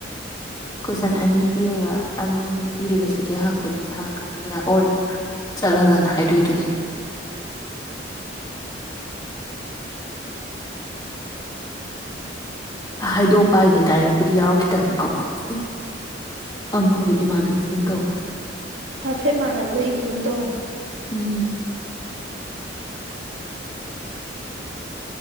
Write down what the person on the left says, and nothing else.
ꯀꯣꯏꯁꯟ ꯑꯅꯤ ꯄꯤꯔꯒ ꯑꯅꯤ ꯑꯅꯤ ꯄꯤꯔꯒ ꯁꯤꯗꯩ ꯍꯪꯀꯅꯤ ꯍꯪꯀꯅꯤꯅ ꯑꯣꯔ ꯆꯠꯂꯒꯅ ꯍꯥꯏꯗꯣꯏꯗꯨꯗꯤ
ꯍꯥꯏꯗꯣꯛꯄ ꯍꯥꯏꯁꯦ ꯗꯥꯏꯔꯦꯛꯄꯨꯗꯤ ꯌꯥꯎꯔꯛꯈꯤꯗꯕꯅꯤꯀꯣ ꯎꯝ ꯑꯃꯕꯨꯗꯤ ꯃꯥꯟꯅꯈꯤꯒꯨꯝ ꯇꯧꯕ
ꯎꯝ